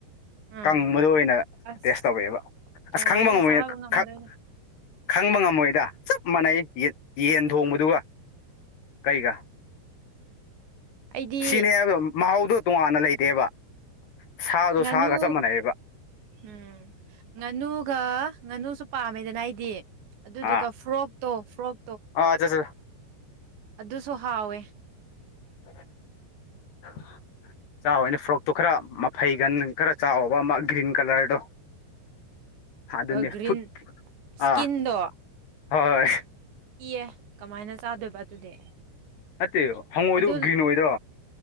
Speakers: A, on the right; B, on the left.
A: ꯎꯝ
B: ꯀꯪꯕꯗꯣ ꯑꯣꯏꯅ
A: ꯑꯁ
B: ꯇꯦꯁ ꯇꯧꯋꯦꯕ
A: ꯀꯃꯥꯏꯅ
B: ꯑꯁ ꯈꯪꯕ ꯉꯃꯣꯏ
A: ꯆꯥꯕ ꯉꯝꯗꯣꯏꯅꯣ
B: ꯈꯪ ꯈꯪꯕ ꯉꯝꯃꯣꯏꯗ ꯆꯞ ꯃꯥꯟꯅꯩ ꯌꯦꯟ ꯊꯣꯡꯕꯗꯨꯒ ꯀꯩꯒ
A: ꯑꯩꯗꯤ
B: ꯁꯤꯅꯦ ꯍꯥꯏꯕ ꯃꯍꯥꯎꯗꯣ ꯇꯣꯉꯥꯟꯅ ꯂꯩꯇꯦꯕ ꯁꯥꯗꯣ
A: ꯉꯥꯅꯨ
B: ꯁꯥꯒ ꯆꯞ ꯃꯥꯟꯅꯩꯌꯦꯕ
A: ꯎꯝ ꯉꯥꯅꯨꯒ ꯉꯥꯅꯨꯁꯨ ꯄꯥꯝꯃꯦꯗꯅ ꯑꯩꯗꯤ ꯑꯗꯨꯗꯨꯒ
B: ꯑꯥ
A: ꯐ꯭ꯔꯣꯛ ꯇꯣ ꯐ꯭ꯔꯣꯛ
B: ꯑꯥ ꯖ ꯖꯔ
A: ꯑꯗꯨꯁꯨ ꯍꯥꯎꯋꯦ
B: <inaudible> ꯆꯥꯎꯋꯦꯅ ꯐ꯭ꯔꯣꯛꯇꯣ ꯈꯔ ꯃꯐꯩꯒꯟ ꯈꯔ ꯆꯥꯎꯕ ꯑꯃ ꯒ꯭ꯔꯤꯟ ꯀꯂꯔꯗꯣ ꯑꯗꯨꯅꯦ
A: ꯒ꯭ꯔꯤꯟ
B: ꯐꯨꯠ
A: ꯏꯁꯀꯤꯟꯗꯣ
B: ꯑꯥ ꯍꯣꯏ
A: ꯀꯤꯌꯦ ꯀꯃꯥꯏꯅ ꯆꯥꯗꯣꯏꯕ ꯑꯗꯨꯗꯤ
B: ꯅꯠꯇꯦ ꯍꯪꯉꯣꯏꯗꯣ
A: ꯑꯗꯨ
B: ꯒ꯭ꯔꯤꯟ ꯑꯣꯏꯗꯣ